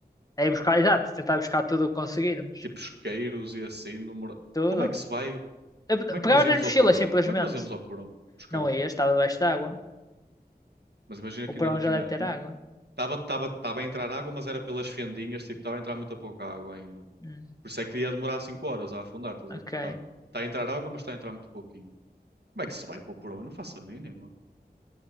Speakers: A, on the left; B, on the right.
A: É ir buscar, exato, tentar buscar tudo o que conseguirmos.
B: Tipo isqueiros e assim. Número...
A: Tudo.
B: Como é que se vai?
A: Eu pe-
B: Como é que
A: pegava
B: nós íamos
A: nas mochilas,
B: ao porão?
A: simplesmente.
B: Como é que nós íamos ao porão buscar?
A: Não ia, estava debaixo de água.
B: Mas imagina
A: O
B: que
A: porão
B: ainda não tinha.
A: já deve ter água.
B: Estava tava, tava tava a entrar água, mas era pelas fendinhas, tipo, estava a entrar muito pouca água ainda.
A: Hum,
B: Por isso é que ia demorar 5 horas a afundar, estás
A: ok.
B: a ver? Está tá tá a entrar água, mas está a entrar muito pouquinho. Como é que se vai para o porão? Eu não faço a mínima.